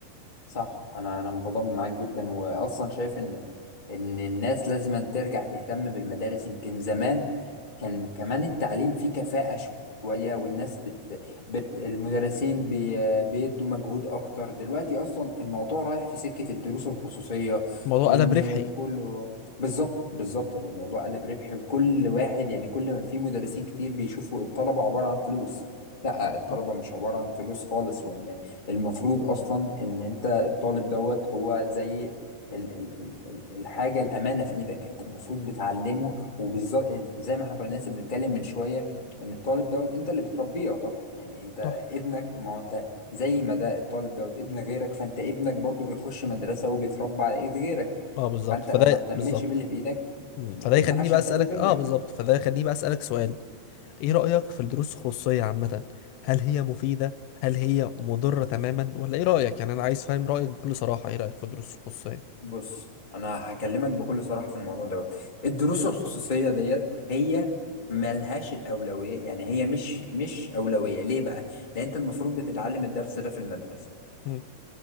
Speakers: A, on the left (about 25°); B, on the left (about 90°).
A: صح انا انا متضامن معاك جدا واصلا شايف ان ان الناس لازم ترجع تهتم بالمدارس يمكن زمان كان كمان التعليم فيه كفاءة شوية والناس بت, بت المدرسين بي بيدوا مجهود اكتر دلوقتي اصلا الموضوع رايح في سكة الدروس الخصوصية
B: الموضوع
A: وان
B: قلب ربحي
A: كله بالظبط بالظبط هو الموضوع قلب ربحي وكل واحد يعني كل ما في مدرسين كتير بيشوفوا الطلبة عبارة عن فلوس لا الطلبة
B: صح
A: مش عبارة عن فلوس خالص وان المفروض اصلا ان انت الطالب دوت هو زي ال ال ال ال- الحاجه الامانه في ايدك انت المفروض بتعلمه وبالظبط زي ما احنا كنا لسه بنتكلم من شويه ان الطالب دوت انت اللي بتربيه يعتبر يعني انت
B: صح
A: ابنك ما هو انت زي ما ده الطالب دوت ابن غيرك فانت ابنك برضو بيخش مدرسه وبيتربى على ايد غيرك
B: اه بالظبط
A: فانت
B: فده
A: لو ما اهتمتش
B: بالظبط
A: باللي في ايدك
B: مم.
A: ب-
B: فده يخليني
A: ما حدش
B: بقى
A: هيهتم
B: اسالك
A: بابنك
B: اه بالظبط فده يخليني بقى اسالك سؤال ايه رايك في الدروس الخصوصيه عامه هل هي مفيده هل هي مضره تماما ولا ايه رايك يعني انا عايز فاهم رايك بكل صراحه ايه رايك في الدروس الخصوصيه
A: بص انا هكلمك بكل صراحه في الموضوع دوت الدروس الخصوصيه ديت هي ملهاش الاولويه يعني هي مش مش اولويه ليه بقى لان انت المفروض بتتعلم الدرس ده في المدرسه
B: مم.